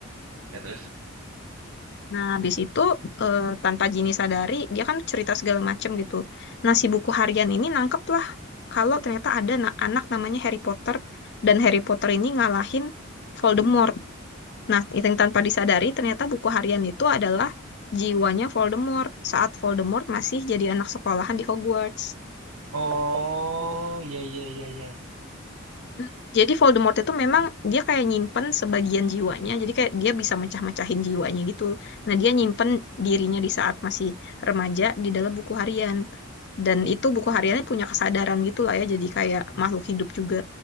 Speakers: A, on the right (about 80°); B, on the left (about 55°).
A: Ya terus.
B: Nah, habis itu eh, tanpa Gini sadari, dia kan cerita segala macam gitu. Nah, si buku harian ini nangkep lah kalau ternyata ada na- anak namanya Harry Potter dan Harry Potter ini ngalahin Voldemort. Nah, itu yang tanpa disadari ternyata buku harian itu adalah jiwanya Voldemort saat Voldemort masih jadi anak sekolahan di Hogwarts.
A: Oh iya iya iya iya.
B: Mm. Jadi Voldemort itu memang dia kayak nyimpen sebagian jiwanya, jadi kayak dia bisa mecah-mecahin jiwanya gitu. Nah, dia nyimpen dirinya di saat masih remaja di dalam buku harian. Dan itu buku hariannya punya kesadaran gitu lah ya, jadi kayak makhluk hidup juga.